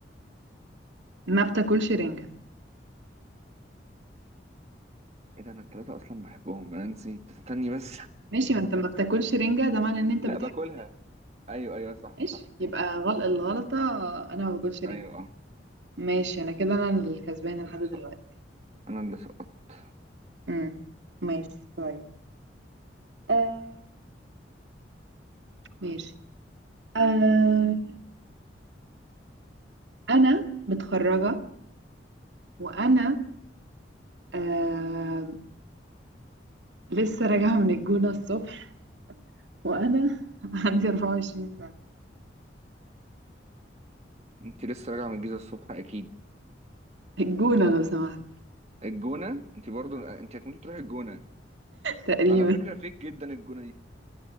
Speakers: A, on the right (about 80°); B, on the right (about 35°).
A: ما بتاكلش رنجة
B: ايه ده انا التلاتة اصلا بحبهم انا نسيت استني بس <laughs>
A: ماشي ما انت ما بتاكلش رنجة ده معنى ان انت
B: لا
A: بتحب
B: باكلها ايوه ايوه صح
A: ماشي
B: صح
A: يبقى
B: انتي صح
A: غلط الغلطة انا ما باكلش رنجة
B: ايوه اه
A: ماشي انا كده انا الكسبانة لحد
B: اللي
A: دلوقتي
B: سقط. انا اللي سقطت
A: امم ماشي طيب آه ماشي آه انا متخرجة وانا آه لسه راجعة من الجونة الصبح وانا <laughs> عندي 24 سنة
B: انتي لسه راجعة من الجيزة الصبح اكيد
A: الجونة لو سمحت
B: الجونة انتي برضو انتي هتموتي تروحي الجونة
A: تقريبا
B: على فكرة فيك جدا الجونة دي